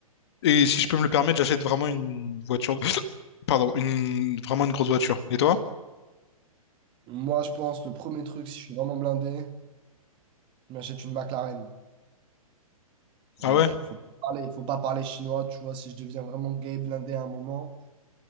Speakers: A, on the left (about 45°); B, on the right (about 25°).
A: et si je peux me le permettre, j'achète vraiment une voiture... <coughs> <sniffs> Pardon, une... vraiment une grosse voiture. Et toi?
B: Moi, je pense, le premier truc, si je suis vraiment blindé, je m'achète une McLaren. Voilà,
A: Ah ouais?
B: faut pas parler, faut pas parler chinois, tu vois, si je deviens vraiment gay, blindé à un moment.